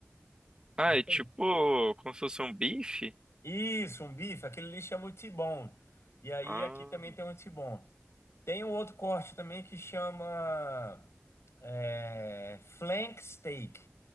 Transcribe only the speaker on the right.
Ah,
é tipo
como se fosse um bife?
Ah,